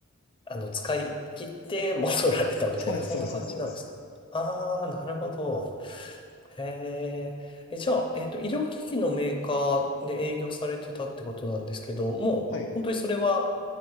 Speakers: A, on the left; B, on the left.
A: あの、使い切って戻られたみたいな、
B: そうです、
A: そんな感じなんですかああー、
B: そうです、そうです。
A: なるほど。へえ。え、じゃあ、えっと、医療機器のメーカーで営業されてたってことなんですけど、もう、
B: はい。
A: 本当にそれは、